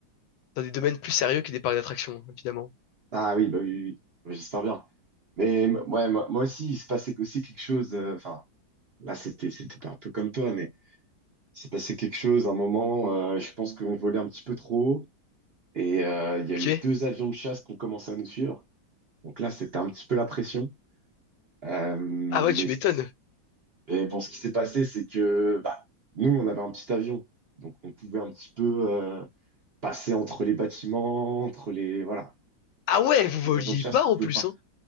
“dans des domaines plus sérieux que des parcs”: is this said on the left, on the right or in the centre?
Left